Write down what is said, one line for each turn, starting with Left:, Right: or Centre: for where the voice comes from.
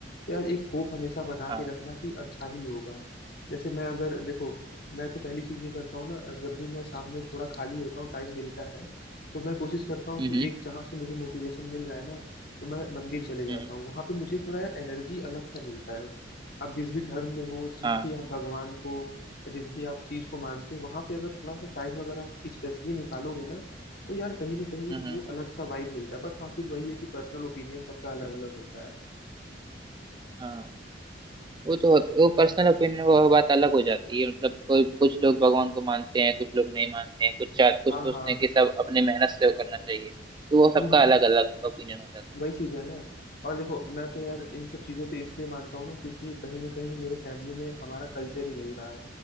Left: तो यार एक होप हमेशा बना
Right: हाँ
Left: के रखना कि अच्छा ही होगा जैसे मैं अगर देखो मैं तो पहली चीज ये करता हूँ ना जब भी मैं शाम में थोड़ा खाली होता हूँ टाइम मिलता है तो मैं कोशिश करता हूँ
Right: हम्म
Left: कि एक जहाँ से मुझे मोटिवेशन मिल रहा है ना तो मैं मंदिर चले जाता
Right: हम्म
Left: हूँ वहां पे मुझे थोड़ा यार एनर्जी अलग सा मिलता है आप जिस भी धर्म में हो जिस
Right: हाँ
Left: भी आप भगवान को या जिस भी आप चीज को मानते हो वहां पे अगर थोड़ा सा टाइम अगर आप स्पेशली निकालोगे ना तो यार कहीं ना कहीं
Right: हम्म
Left: वो अलग सा वाइब मिलता है बट हाँ फिर वही है कि पर्सनल ओपिनियन सबका अलग अलग होता है
Right: हाँ वो तो वो पर्सनल ओपिनियन वो बात अलग हो जाती है मतलब कोई कुछ लोग भगवान को मानते हैं कुछ लोग नहीं मानते हैं कुछ चाह कुछ
Left: हाँ
Right: सोचते
Left: हाँ हाँ।
Right: हैं कि सब अपने मेहनत से वो करना चाहिए तो वो
Left: हम्म
Right: सबका
Left: हम्म
Right: अलग अलग ओपिनियन हो जाता
Left: वही चीज है ना और देखो मैं तो यार इन सब चीजों पे इसलिए मानता हूँ ना क्योंकि कहीं ना कहीं मेरे फैमिली में हमारा कल्चर ही वही रहा है